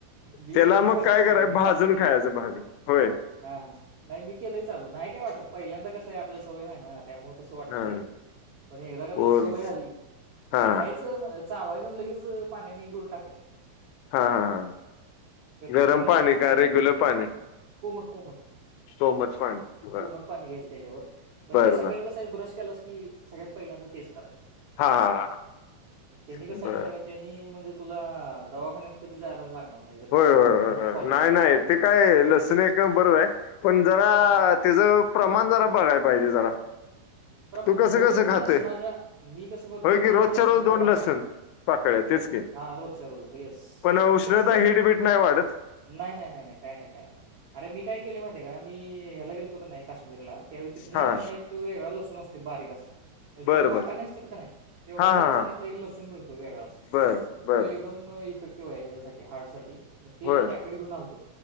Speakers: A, on the right; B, on the left.
A: मी
B: त्याला
A: मी
B: मग
A: क करतोय
B: काय कराय
A: पण मी
B: भाजून
A: चालू केलंय
B: खायचं भाजून होय
A: हा हा नाय मी केलंय चालू नाय काय वाटत पहिल पल्यांदा <unintelligible> कस आहे आपल्या सवय नाही ना त्यामुळे तसं वाटतंय
B: हा
A: पण एकदा का
B: पूर्ण
A: तुला सवय झाली की
B: हा हा
A: खायचं चावायचं लगेच पाण्या नि गऊून <unintelligible> टाकाय.
B: हा हा हा गरम
A: ते पण जरा
B: पाणी
A: चांगलं
B: का
A: आहे
B: रेगुलर पाणी
A: कोमट कोमट
B: सोमट पाणी बर
A: कोमट पाणी घ्यायचं त्याच्यावर पण
B: बर
A: ते सकाळी
B: बर
A: कसं आहे ब्रश केलास की सगळ्यात पहिल्यांदा तेच करायच.
B: हा हा
A: त्यांनी कस
B: बर
A: आहे माझ्या का त्यांनी म्हणजे तुला दवाखान्यात कधी जायलाच लागणार. नाही जर
B: होय
A: का
B: होय
A: कंटिन्यू फॉलो
B: नाही
A: केलं
B: नाही
A: तर
B: ते काय लसण बरोबर आहे पण जरा तेज प्रमाण जरा बघायला पाहिजे जरा,
A: प्रमाण
B: तू
A: नाही
B: कसं
A: दोनच
B: कसं खातोय
A: लसणाच्या मी कसं करतोय
B: होय की
A: दोनच
B: रोजच्या
A: लसणाच्या
B: रोज दोन
A: पाकळ्या
B: लसण पाकळ्या तेच की
A: हा रोजच्या रोज येस
B: पण उष्णता
A: फक्त कसं
B: हिटबीट नाही वाढत
A: नाही नाही नाही नाही काय नाही काय नाही अरे मी काय ले <unintelligible> माहि का मी ह्याला गेलो का नाही काशमीरला त्यावेळी तिथं येता
B: हा
A: एको वेगळा लत <unintelligible> बारीक अस म्हणजे
B: बरं
A: तुझ्या वाट्यानं
B: बर
A: नसतात का नाही तेवढ्या
B: हा
A: साईजचा
B: हा हा
A: तिथे एक लसूण मिळतो वेगळाच
B: बरं बरं
A: तो एकदम इफेक्टिव्ह आहे ह्याच्यासाठी हार्टसाठी मग ते
B: होय
A: एक पॅकेट घेऊन आलतो.